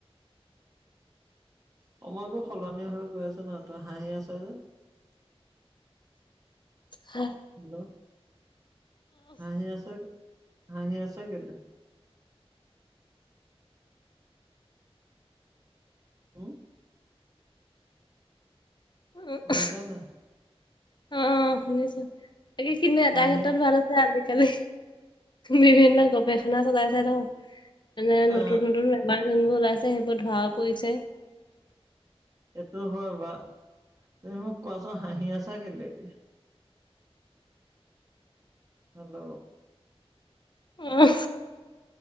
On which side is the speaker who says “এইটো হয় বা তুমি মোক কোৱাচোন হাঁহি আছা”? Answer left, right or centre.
Right